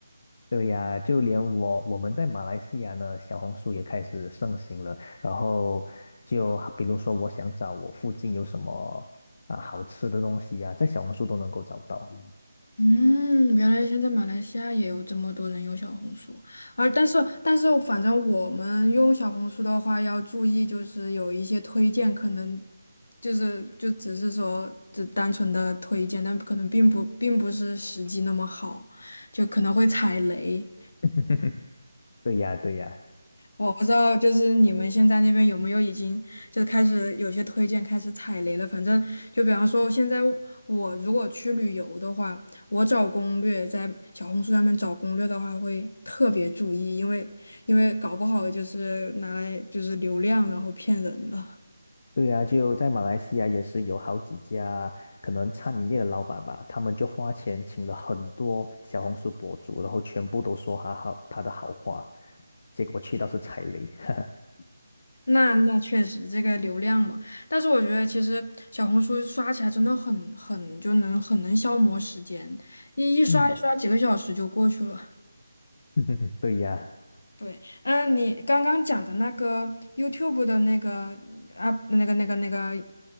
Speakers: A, on the left; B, on the left.
A: 对呀，就连我我们在马来西亚呢，小红书也开始盛行了。然后就比如说，我想找我附近有什么啊好吃的东西呀，在小红书都能够找到。
B: 嗯，原来现在马来西亚也有这么多人用小红书，而但是但是，反正我们用小红书的话要注意，就是有一些推荐可能就是就只是说只单纯的推荐，但可能并不并不是实际那么好，就可能会踩雷。
A: <laughs> 对呀，对呀。
B: 我不知道，就是你们现在那边有没有已经就开始有些推荐开始踩雷了？反正就比方说，现在我如果去旅游的话，我找攻略在小红书上面找攻略的话，会特别注意，因为因为搞不好就是拿来就是流量，然后骗人的。
A: 对呀，就在马来西亚也是有好几家可能餐饮业的老板吧，他们就花钱请了很多小红书博主，然后全部都说他好他的好话，结果去到是踩雷。<laughs>
B: 那那确实这个流量嘛，但是我觉得其实小红书刷起来真的很很就能很能消磨时间，一一刷一刷几个小时就过去了。
A: 嗯，<laughs> 对呀，
B: 对，嗯，你刚刚讲的那个 YouTube 的那个啊，那个那个那个，